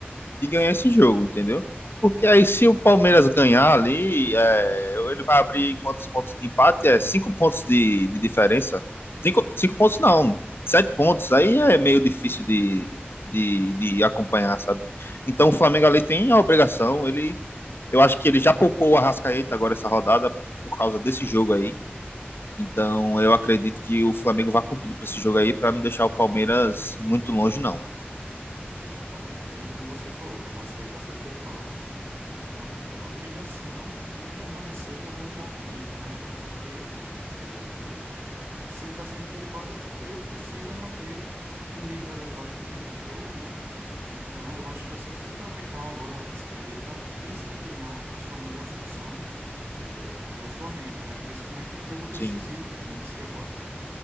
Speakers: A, on the left; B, on the right.
A: de ganhar esse jogo, entendeu? Porque aí se o Palmeiras ganhar ali, é, ele vai abrir quantos pontos de empate? É cinco pontos de, de diferença. Cinco, cinco pontos não, sete pontos. Aí é meio
B: Sete
A: difícil
B: pontos.
A: de, de, de acompanhar, sabe? Então o Flamengo ali tem a obrigação. Ele, eu acho que ele já poupou o Arrascaeta agora essa rodada por causa desse jogo aí. Então, eu acredito que o Flamengo vá com tudo para esse jogo aí, para não deixar o Palmeiras muito longe, não.
B: Exatamente. Bem como você falou, o Arrascaeta foi poupado, então ele tem a obrigação de permanecer jogando em alto nível, né? Até porque. eh, se ele está sendo poupado é porque ele precisa manter um nível elevado de, de jogo, né? Então, eu acho que vai ser fundamental agora o Arrascaeta desempenhar a sua melhor função eh, pelo Flamengo, né? Principalmente no jogo decisivo
A: Sim,
B: como esse de agora.